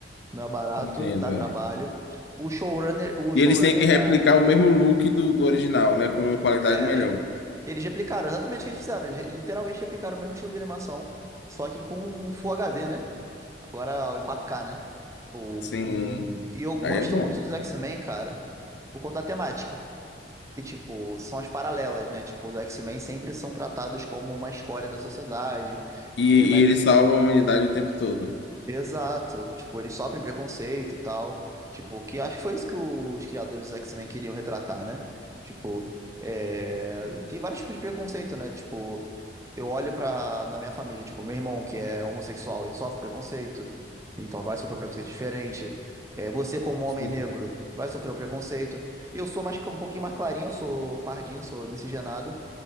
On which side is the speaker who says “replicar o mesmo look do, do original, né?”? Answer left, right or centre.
Left